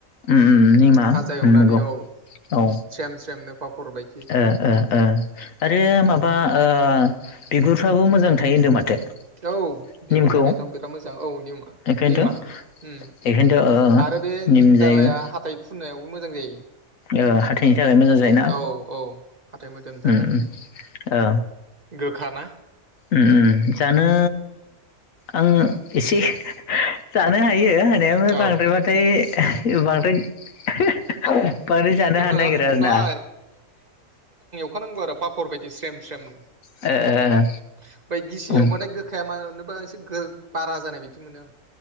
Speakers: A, on the left; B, on the right.
A: उम उम निमा
B: भाजा एवनानै
A: उम नंगौ
B: औ
A: औ।
B: स्रेम स्रेमनो पापर बायदि
A: ओ ओ ओ आरो माबा ओ बिगुरफ्राबो मोजां थायो होनदों माथो।
B: औ बिगुरनि
A: निमखौ
B: थाखायनोथ' बिराद मोजां औ निउमा
A: बेखायनोथ'
B: निमा उम
A: बेखायनोथ' ओ ओ
B: आरो बे निम
A: जायोबा
B: दालाया हाथाइ फुनायावबो मोजां जायो।
A: ओ हाथायनि थाखाय मोजां जायोना
B: औ औ हाथाइ मोदोमनि थाखाय
A: उम उम‌ ओ।
B: गोखा ना
A: उम उम जानो आंङो एसे जानो हायो। हायो हानाया ओमफ्राय बांद्रायबाथाय
B: औ
A: बांद्राय बांद्राय जानो
B: नङा
A: हानो नागिरा आरो ना।
B: खौ नांगौ आरो फाफ फर बायायदि स्रेम स्रेमनो ओमफ्राय
A: ओ ओ
B: गिसिवबाथाय
A: ओ उम
B: गोखाया मा बा एसे गो बारा जानाय बायदि मोनो आं